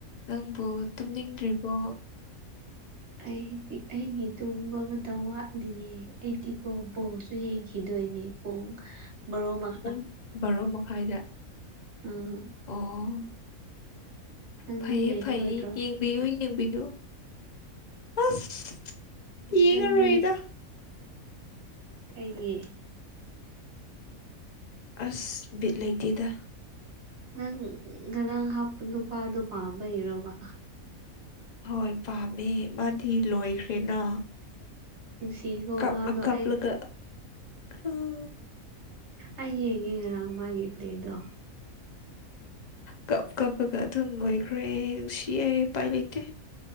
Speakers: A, on the left (about 50°); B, on the right (about 50°).
A: ꯅꯪꯕꯨ ꯇꯨꯝꯅꯤꯡꯗ꯭ꯔꯤꯕꯣ
B: ꯑꯩꯗꯤ ꯑꯩꯒꯤ ꯇꯨꯝꯕ ꯃꯇꯝ ꯋꯥꯠꯂꯤꯌꯦ ꯑꯩꯗꯤꯀꯣ ꯕꯣꯜꯁꯨ ꯌꯦꯡꯈꯤꯗꯣꯏꯅꯤ ꯄꯨꯡ ꯕꯥꯔꯣ ꯃ
A: ꯄꯨꯡ ꯕꯥꯔꯣ ꯃꯈꯥꯏꯗ
B: ꯑꯪ
A: ꯑꯣ
B: ꯅꯪꯗꯤ
A: ꯐꯩꯌꯦ
B: ꯌꯦꯡꯉꯔꯣꯏꯗ꯭ꯔꯣ
A: ꯐꯩꯌꯦ ꯌꯦꯡꯕꯤꯌꯨ ꯌꯦꯡꯕꯤꯌꯨ ꯑꯁ ꯌꯦꯡꯉꯔꯣꯏꯗ
B: ꯅꯪꯗꯤ ꯀꯩꯒꯤ
A: ꯑꯁ ꯕꯤꯠ ꯂꯩꯇꯦꯗ
B: ꯅꯪ ꯉꯔꯥꯡ ꯍꯥꯞꯄ ꯅꯨꯄꯥꯗꯣ ꯄꯥꯝꯕꯩ ꯏꯔꯣꯕ
A: ꯍꯣꯏ ꯄꯥꯝꯃꯦ ꯃꯥꯗꯤ ꯂꯣꯏꯈ꯭ꯔꯦꯅ
B: ꯅꯨꯡꯁꯤꯈꯣ
A: ꯀꯞꯅ
B: ꯃꯥꯗꯣ
A: ꯀꯞꯂꯒ
B: ꯑꯩ
A: ꯎꯝ
B: ꯑꯩ ꯌꯦꯡꯉꯦ ꯉꯔꯥꯡ ꯃꯥꯒꯤ ꯄ꯭ꯂꯦꯗꯣ
A: ꯀꯞ ꯀꯞꯄꯒ ꯑꯗꯨꯝ ꯂꯣꯏꯈ꯭ꯔꯦ ꯅꯨꯡꯁꯤꯌꯦꯦꯢ ꯎꯄꯥꯏ ꯂꯩꯇꯦ